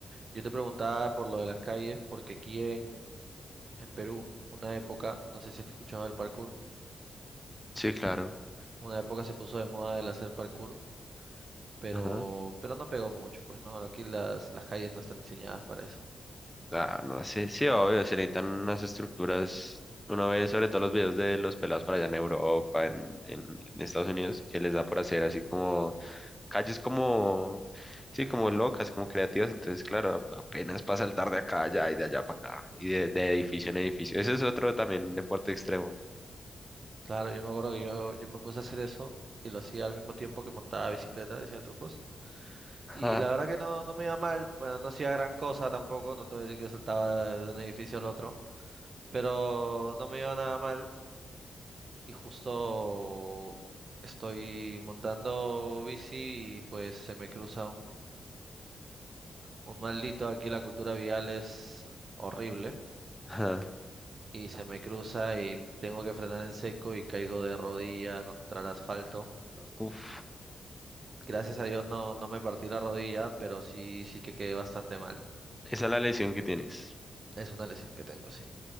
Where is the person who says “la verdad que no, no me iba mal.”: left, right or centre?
Right